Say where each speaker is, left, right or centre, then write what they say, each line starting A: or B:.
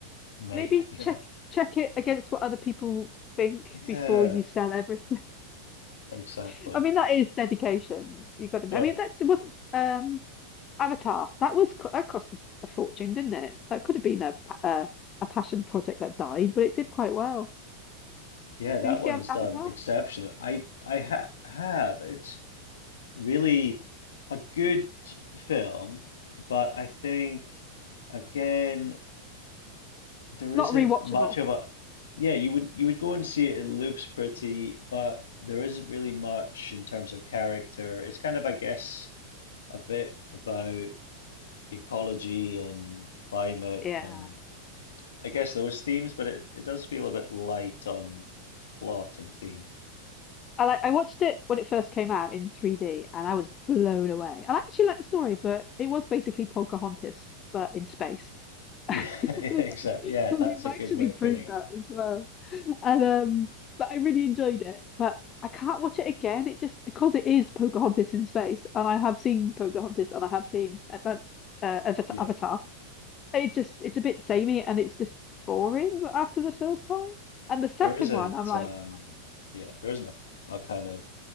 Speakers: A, on the left; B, on the left.
A: mate.
B: Maybe
A: <laughs> You
B: check
A: know?
B: check it against what other people think
A: Yeah,
B: before you sell everything.
A: exactly.
B: <laughs> I mean, that is dedication. You got to.
A: Yeah,
B: I mean, that wasn't um Avatar. That was co- that cost a, a fortune, didn't it? That could have been a pa- uh, a passion project that died, but it did quite well.
A: yeah, that
B: Did you see
A: one
B: Av-
A: is
B: Avatar?
A: done exceptionally. I I ha have it's really a good film, but I think again There
B: Not
A: isn't
B: rewatchable.
A: much of a yeah, you would you would go and see it, it looks pretty, but there isn't really much in terms of character. It's kind of, I guess, a bit about ecology and climate
B: Yeah.
A: and I guess those themes, but it, it does feel a bit light on plot and theme.
B: I like I watched it when it first came out in 3D and I was blown away. And I actually liked the story, but it was basically Pocahontas, but in space.
A: Yeah, <laughs>
B: <laughs>
A: yeah,
B: They've
A: exactly. Yeah, that's
B: they've
A: a
B: actually
A: good way of
B: proved
A: putting it.
B: that as well. And um, but I really enjoyed it. But I can't watch it again. It just because it is Pocahontas in space, and I have seen Pocahontas, and I have seen Advan- uh, uh, Avatar.
A: Yeah.
B: Avatar. It just it's a bit samey, and it's just boring after the first time. And the second
A: There isn't
B: one, I'm like,
A: um yeah, there isn't a, a kind of